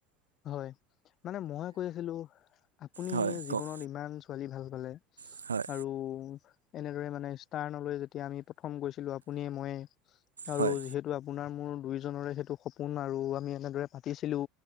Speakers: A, on the left; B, on the right.
A: হয়, মানে মই কৈ আছিলো, আপুনি
B: হয়
A: জীৱনত
B: কওক
A: ইমান ছোৱালী ভাল পালে।
B: হয়।
A: আৰু এনেদৰে মানে ষ্টাৰ্ণলৈ যেতিয়া আমি প্ৰথম গৈছিলো আপুনিয়ে মইয়ে আৰু
B: হয়
A: যিহেতু আপোনাৰ মোৰ দুই জনৰে সেইটো সপোন আৰু আমি এনেদৰে পাতিছিলো।